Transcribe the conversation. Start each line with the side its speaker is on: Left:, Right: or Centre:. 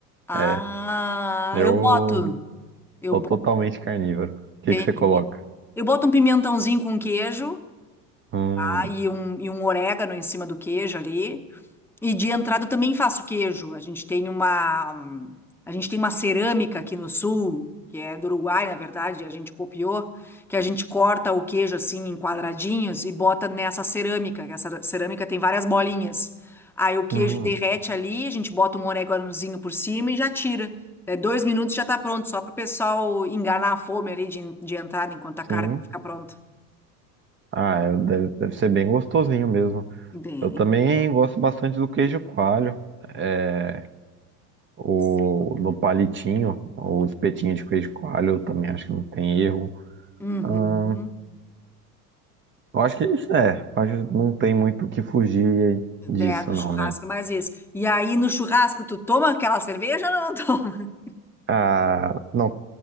Centre: Ah,
Right: É, eu
Centre: eu boto. Eu
Right: sou
Centre: boto,
Right: totalmente carnívoro. O que
Centre: entendi.
Right: que você coloca?
Centre: Eu boto um pimentãozinho com queijo,
Right: Hum,
Centre: tá? E um, e um orégano em cima do queijo ali. E de entrada também faço queijo. A gente tem uma, a gente tem uma cerâmica aqui no sul, que é do Uruguai, na verdade, a gente copiou, que a gente corta o queijo assim em quadradinhos e bota nessa cerâmica, que essa cerâmica tem várias bolinhas. Aí o queijo
Right: hum.
Centre: derrete ali, a gente bota um oréganozinho por cima e já tira. É, dois minutos já tá pronto, só para o pessoal enganar a fome ali de, de entrada enquanto a carne
Right: Sim.
Centre: fica pronta.
Right: Ah, é- deve, deve ser bem gostosinho mesmo.
Centre: Bem,
Right: Eu também gosto bastante do queijo coalho. É, o,
Centre: sim.
Right: no palitinho, o espetinho de queijo coalho, eu também acho que não tem erro.
Centre: Uhum.
Right: Ahn, eu acho que isso é, eu acho que não tem muito o que fugir disso,
Centre: É, do
Right: não,
Centre: churrasco,
Right: né?
Centre: mais isso. E aí, no churrasco, tu toma aquela cerveja ou não toma? <laughs>
Right: Ah, não,